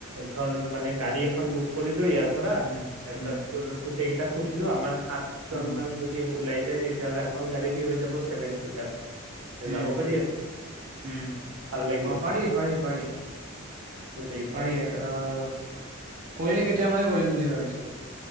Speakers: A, on the right; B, on the right.
A: ধৰ মানে গাড়ী এখন বুক কৰিলো ইয়াৰ পৰা <unintelligible>
B: উম উম
A: সেইকেইটা সুধিলো আমাৰ। সাতজন
B: উম
A: মান যদি ওলাই যা যায় তেতিয়াহ'লে এখন গাড়ী দি হৈ যাব চেভেন চিটাৰ। এতিয়া
B: উম,
A: যাব পাৰি আৰু
B: উম,
A: ভাল লাগিব
B: অ', পাৰি,
A: তোৰ
B: পাৰি, পাৰি,
A: গোটেই কেইটাই
B: পাৰি, অ', কৰিলে কেতিয়া মানে কৰিম বুলি ভাবিছ?